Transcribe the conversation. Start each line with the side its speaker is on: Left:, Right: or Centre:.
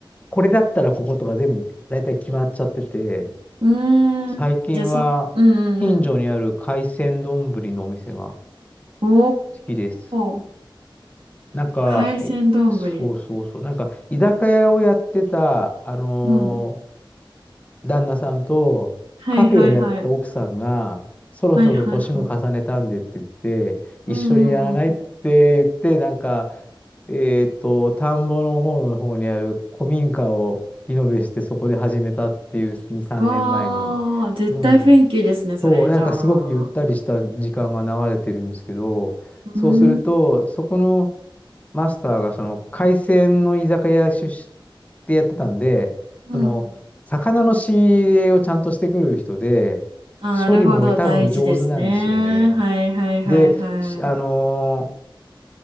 Left: これだったらこことか全部、だいたい決まっちゃってて、
Right: うーん。
Left: 最近は、
Right: じゃあ、そ、うん
Left: 近所にある海鮮丼のお店が好
Right: うんうん。
Left: きです。
Right: おー。
Left: なんか、
Right: 海鮮丼。
Left: えそうそうそう、
Right: ぶり
Left: なんか、居酒屋をやってた、あの
Right: うん。
Left: ー旦那さんと、
Right: はいはいはい。
Left: カフェをやってた奥さんが、そろそろ年も重ねたんでって言っ
Right: はいはいはい。
Left: て、一緒にやらないって
Right: うんうん
Left: 言って、なんか、えっと、田んぼの方の方にある古民家をリノベして、そこで始めたっていう、2、3年前に。
Right: うん。わー。絶対雰囲気いいですね、
Left: うん。
Right: それ。
Left: そう、なんかすごくゆったりした時間が流れてるんですけど、
Right: じゃあ。うーん。
Left: そうすると、そこの、マスターがその海鮮の居酒屋出身でやってたんで、
Right: うん。
Left: その魚の仕入れをちゃんとしてくる人で、
Right: あ、
Left: 処理も多分上手なんですよね。
Right: なるほど。大事ですね。はいはいはいはい。
Left: で、しあのー